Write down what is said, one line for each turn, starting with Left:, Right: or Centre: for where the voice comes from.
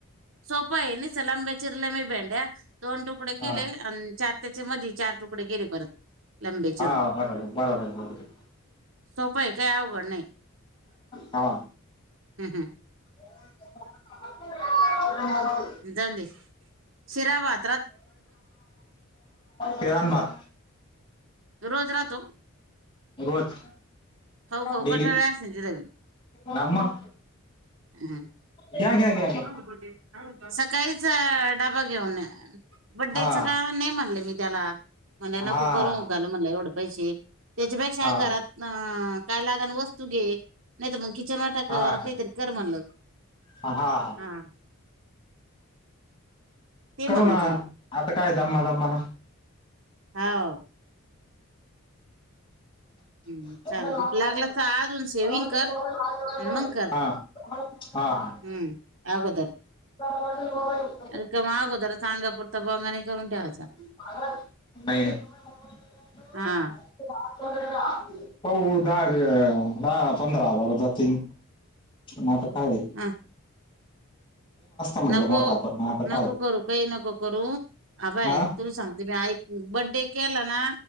Right: सोप आहे नि चलाब चिरलेमी भेंड्या दोन तुकडे
Left: हा
Right: केले आणि. चार त्याचे मध चार तुकडे गेले परत. लंबे
Left: हा
Right: चिरून
Left: बरोबर बरोबर बरोबर.
Right: सोपं आहे काही अवघड नाही.
Left: हा.
Right: हम् हम.
Left: <unintelligible> <inaudible>
Right: जाऊदे शिराबाद.
Left: <inaudible> इरानबाद.
Right: रोज राहतो.
Left: रोज
Right: हऊ खऊ
Left: डेली
Right: कटाळले असेल जिरेल.
Left: हा मग
Right: हम्म.
Left: घ्या घ्या घ्या. घ्या
Right: <inaudible> सकाळीच डाबा घेऊन. बड्डेचं
Left: हा
Right: कारण नाही म्हणलं मी त्याला म्हणले
Left: हा
Right: नको करू घालू म्हणलं एवढे पैसे. त्याच्यापेक्षा
Left: हा
Right: घरात अ काय लागान वस्तू घे. नाहीत मग किचन वाटा
Left: हा
Right: कार
Left: हा
Right: काहीतरी का म्हणलं.
Left: हा.
Right: हा. ते
Left: करू
Right: म्हणलं
Left: ना.
Right: त्याला
Left: आता काय दममा - दममान.
Right: हाव.
Left: <unintelligible>
Right: हम्म चालेल लागलं तर अजून सेविंग कर आणि मग कर
Left: हा. <unintelligible> हा.
Right: हम्म. आगोदर.
Left: <unintelligible>
Right: रिकामा अगोदरच आंगा पुुरता बोंगा, नाही करून ठेवायचं.
Left: <unintelligible> बहिणय. <unintelligible> <unintelligible>
Right: हा
Left: दहा- पंधरा हजार जातील. म आता काय आहे.
Right: अ.
Left: म्हटलं
Right: नको.
Left: मोठा पण आता काय
Right: नको करू, काही नको करू. अभय,
Left: हा
Right: तुला सांगते मी आईक. बड्डे केला ना.